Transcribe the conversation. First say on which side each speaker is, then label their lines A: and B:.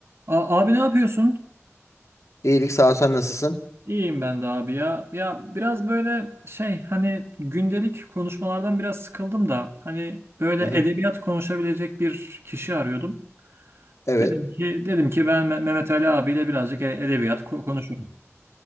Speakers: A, on the right; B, on the left.
A: A- abi ne yapıyorsun?
B: İyilik sağ ol sen nasılsın?
A: İyiyim ben de abi ya. Ya biraz böyle şey hani gündelik konuşmalardan biraz sıkıldım da hani böyle
B: Hı hı.
A: edebiyat konuşabilecek bir kişi arıyordum.
B: Evet.
A: Dedim ki dedim ki ben Me- Mehmet Ali abiyle birazcık e- edebiyat ko- konuşurum.